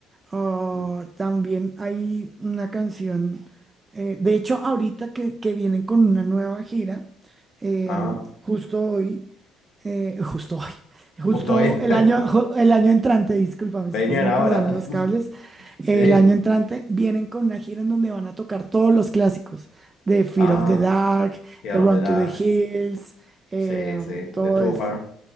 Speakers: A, on the right; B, on the left.
A: Ah,
B: Mm.
A: también hay una canción, eh, de hecho ahorita que, que vienen con una nueva gira, eh,
B: Ah,
A: justo hoy, eh, <laughs> justo hoy, justo
B: justo hoy.
A: el
B: <laughs>
A: año, ju- el año entrante, discúlpame, es
B: Venían
A: que se me
B: ahora.
A: cruzaron los
B: <laughs>
A: cables,
B: Sí.
A: el año entrante vienen con una gira en donde van a tocar todos los clásicos de Fear
B: Ah,
A: of the Dark,
B: Fear
A: eh, Run
B: of the Dark.
A: to the Hills, eh,
B: Sí,
A: um,
B: sí.
A: todo
B: The Trooper.
A: eso.